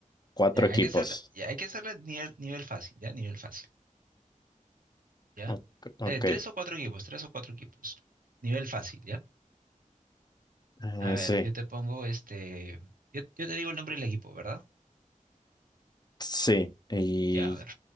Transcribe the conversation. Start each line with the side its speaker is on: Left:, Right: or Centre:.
Left: cuatro
Right: Ya,
Left: equipos.
Right: hay que hacerla, ya, hay que hacerla nivel, nivel fácil, ya, nivel fácil, ya.
Left: Ok, ok,
Right: Eh, tres o cuatro equipos, tres o cuatro equipos. Nivel fácil, ya.
Left: eh,
Right: A ver,
Left: sí,
Right: yo te pongo este, yo, yo te digo el nombre del equipo, ¿verdad?
Left: sí. Y,
Right: Ya, a ver.